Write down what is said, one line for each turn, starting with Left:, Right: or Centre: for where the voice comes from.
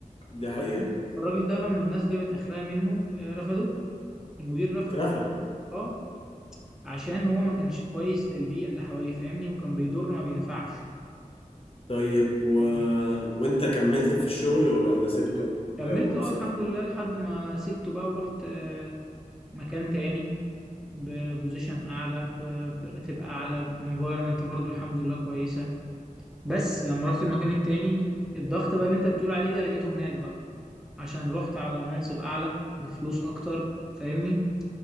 Left: دي حقيقة
Centre: فالراجل فالراجل ده لما الناس جابت اخرها منه آه، رفضوه المدير رفضه
Left: اترفد
Centre: اه عشان هو ما كانش كويس للبيئة اللي حواليه فاهمني وكان بيضر ما بينفعش
Left: طيب و...
Centre: آه،
Left: وانت كملت في الشغل ولا سبته ولو
Centre: كملت اه
Left: سبته
Centre: الحمد لله لحد ما سبته بقى ورحت آه، مكان تاني ببوزيشن اعلى ب- براتب اعلى بانفايرمنت برضو الحمد لله كويسه بس لما رحت المكان التاني الضغط بقى اللي انت بتقول عليه ده لقيته هناك بقى عشان رحت على منصب اعلى بفلوس اكتر فاهمني